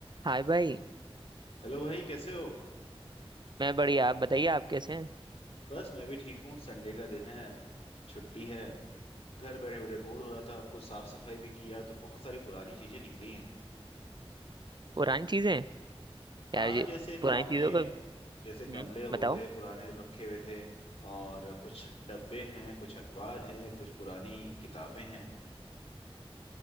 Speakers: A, on the right; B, on the left.
A: हाय भाई
B: Hello भाई कैसे हो
A: मैं बढ़िया आप बताइए आप कैसे हैं
B: बस मैं भी ठीक हूँ संडे का दिन है छुट्टी है घर बैठे बैठे बोर हो रहा था और कुछ साफ सफाई भी की यार तो बहुत सारी पुरानी चीजें निकली हैं
A: पुरानी चीजें
B: हाँ
A: यार ये
B: जैसे
A: पुरानी
B: पुराने
A: चीजों का
B: जैसे
A: हम्म
B: गमले हो
A: बताओ
B: गए पुराने रखे हुए थे और कुछ डब्बे हैं कुछ अखबार हैं कुछ पुरानी किताबें हैं